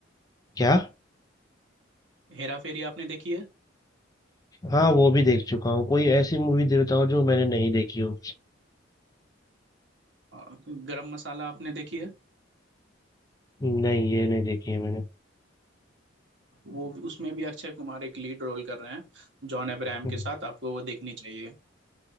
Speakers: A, on the left; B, on the right.
A: क्या
B: हेरा फेरी आपने देखी है
A: हाँ वो भी देख चुका हूँ कोई ऐसी मूवी दे बताओ जो मैंने नहीं देखी हो
B: अ, गरम मसाला आपने देखी है
A: नहीं ये नहीं देखी है मैंने
B: वो उसमें भी अक्षय कुमार एक लीड रोल कर रहे हैं जॉन अब्राहम
A: हम्म,
B: के साथ आपको वो देखनी चाहिए